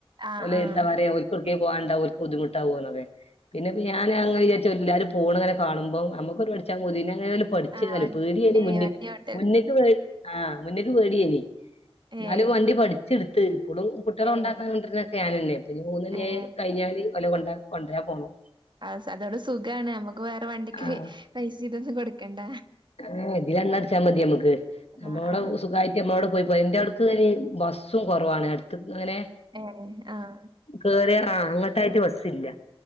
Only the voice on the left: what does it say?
ഓല്
എന്താ പറയാ ഓൽക്കും പോവാണ്ടാവോ ഓൽക്ക് ബുദ്ധിമുട്ടാവോന്നൊക്കെ പിന്നെപ്പം ഞാന് അങ്ങനെ
വിചാരിച്ച എല്ലാരും പോണ്ങ്ങനെ കാണുമ്പോ നമുക്ക് ഒരു പഠിച്ചാൻ പൂതി ന്നെ എങ്ങനെ ഓല് പഠിച്ചേതാലും
പേടിയേത്യേ
മുന്ന്ക്ക്
മുന്ന്ക്ക് പേ ആഹ് മുന്ന്ക്ക് പേടിയേനി ഇന്നാലും
വണ്ടി പഠിച്ച്ട്ത്ത് വ്ടും കുട്ട്യോളെ കൊണ്ടാക്കാനും
കൊണ്ട്രാനൊക്കെ ഞാനന്നെ ഇപ്പഞ്ഞ് മൂന്ന് മണി
ആയി കഴിഞ്ഞാല് ഓലെ കൊണ്ട്രാൻ പോണം.
ആഹ്
ആഹ് ഇതിലെണ്ണ അടിച്ചാ മതി ഞമ്മക്ക്
അപ്പൊവടെ
സുഖായിട്ട് ഞമ്മളോടെ പോയി ഇപ്പന്റെ അവട്ക്ക് ഇനി ബസും കൊറവാണ് എട്ത്ത്ങ്ങനെ
കേറ്യാ ആഹ് അങ്ങട്ടായിട്ട് ബസ്സില്ല്യ.